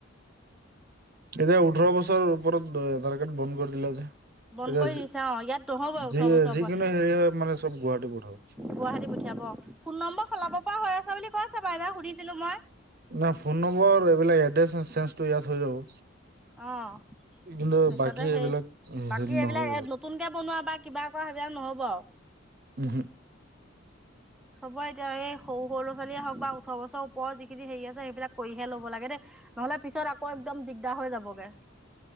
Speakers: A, on the right; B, in the centre.
A: এতিয়া ওঠৰ বছৰৰ ওপৰত আধাৰ কাৰ্ড বন্ধ কৰি দিলে যে,
B: বন্ধ
A: এতিয়া
B: কৰি দিছে অ ইয়াত নহ'বই ওঠৰ
A: যি
B: বছৰৰ
A: যিকোনো
B: পৰা
A: হেৰি হয় মানে চব গুৱাহাটী পঠও
B: গুৱাহাটী পঠিয়াব ফোন নম্বৰ সলাব পৰা হৈ আছে বুলি কৈছে বাইদেউ সুধিছিলো মই
A: ন ফোন নম্বৰ এইবিলাক এড্ৰেছ চেঞ্জটো ইয়াত হৈ যাব।
B: আহ।
A: কিন্তু
B: তাৰছতে
A: বাকী
B: সেই
A: এইবিলাক
B: বাকী
A: হেৰি নহ'ব
B: এইবিলাক নতুনকে বনোৱা বা কিবা কৰা সেইবিলাক নহ'ব আৰু,
A: উম হু
B: চবৰে এতিয়া এই সৰু সৰু ল'ৰাোৱালীয়ে হওক বা ওঠৰ বছৰ ওপৰত যিখিনি হেৰি আছে সেইবিলাক কৰিহে ল'ব লাগে দেই নহলে পিছত আকৌ একদম দিগদাৰ হৈ যাবগে